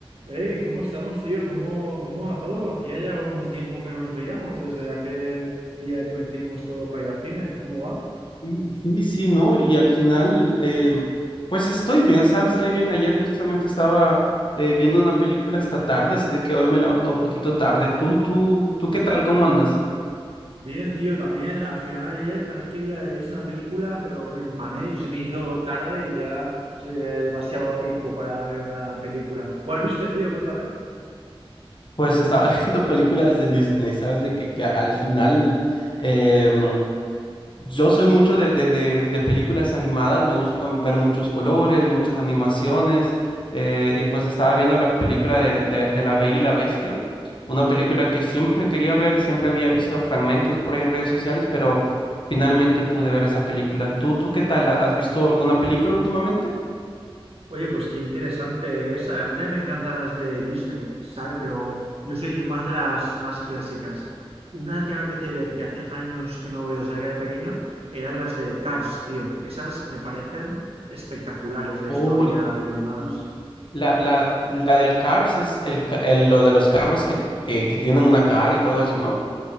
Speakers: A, on the right; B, on the left.
A: Hey, ¿cómo estamos, tío? ¿Cómo, cómo va todo? Hacía ya un tiempo que no nos veíamos desde aquel día que coincidimos todo para ir al cine. ¿Cómo va?
B: Sí, sí, sí, ¿no? Y al final, eh, pues estoy bien, ¿sabes? Estoy bien. Ayer justamente estaba eh, viendo una película hasta tarde, así de que hoy me levantó un poquito tarde. ¿Tú, tú, tú qué tal? ¿Cómo andas?
A: Bien, tío, también. Al final ayer también quería haber visto una película, pero me empané y se me hizo tarde y ya sé demasiado tiempo para ver una película. ¿Cuál viste, tío? Cuéntame.
B: Pues estaba <laughs> viendo películas de Disney, ¿sabes? De que, que al final, em, Yo soy mucho de, de- de- de películas animadas, me gustan ver muchos colores, muchas animaciones, eh, y pues estaba viendo la película del- de, de, La Bella y la Bestia, una película que siempre quería ver, siempre había visto fragmentos por ahí en redes sociales, pero finalmente pude ver esa película. ¿Tú, tú qué tal? ¿Has visto alguna película últimamente?
A: Oye, pues qué interesante esa. A mí también me encantan las de Disney, ¿sabes? Pero yo soy de más de las más clásicas. Una que me apetece ver, que hace años que no veo desde que era pequeño, eran las de Cars, tío. Esas me parecen espectaculares, la
B: Oh,
A: historia
B: l-
A: y animadas.
B: l- La, la, la del Cars es el, ca- el- lo de los carros que, que, que tienen una cara y todo eso, ¿no?